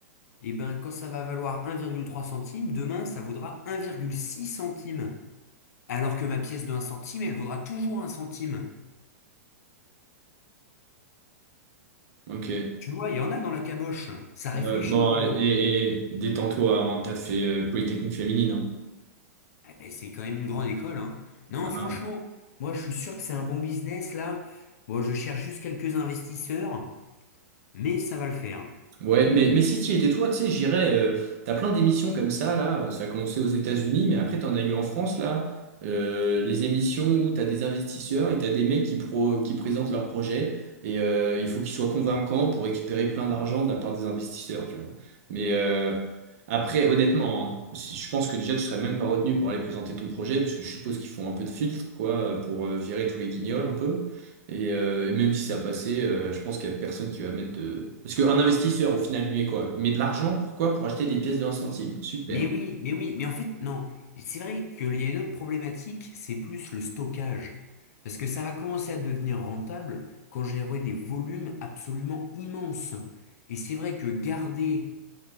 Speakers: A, on the left; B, on the right.
A: et ben quand ça va valoir un virgule trois centime, demain ça vaudra un virgule six centime. Alors que ma pièce de un centime, elle vaudra toujours un centime.
B: ok.
A: Tu vois, il y en a dans la caboche. Ça réfléchit
B: Ouais, bon,
A: là-haut.
B: et, et- et détends-toi, hein, t'as fait euh, Polytechnique féminine, hein.
A: Eh, c'est quand même une grande école, hein. Non,
B: Ah,
A: franchement, moi je suis sûr que c'est un bon business là. Bon, je cherche juste quelques investisseurs, mais ça va le faire.
B: Ouais, mais, mais si tu étais toi, tu sais, j'irais. euh, t'as plein d'émissions comme ça, là. euh, Ça a commencé aux États-Unis, mais après, t'en as eu en France, là. euh, les émissions où t'as des investisseurs et t'as des mecs qui, pro, qui présentent leurs projets. Et euh, il faut qu'ils soient convaincants pour récupérer plein d'argent de la part des investisseurs, tu vois. Mais euh, après, honnêtement, hein, si- je pense que déjà, tu serais même pas retenu pour aller présenter ton projet, parce que je suppose qu'ils font un peu de filtre, quoi, pour euh, virer tous les guignols, un peu. Et, euh, et même si ça a passé, euh, je pense qu'il n'y a personne qui va mettre de... Parce qu'un investisseur, au final, lui, est quoi? Il met de l'argent, pourquoi? Pour acheter des pièces de un centime. Super.
A: Mais oui, mais oui, mais en fait, non. C'est vrai qu'il y a une autre problématique, c'est plus le stockage. Parce que ça va commencer à devenir rentable quand j'aurai des volumes absolument immenses. Et c'est vrai que garder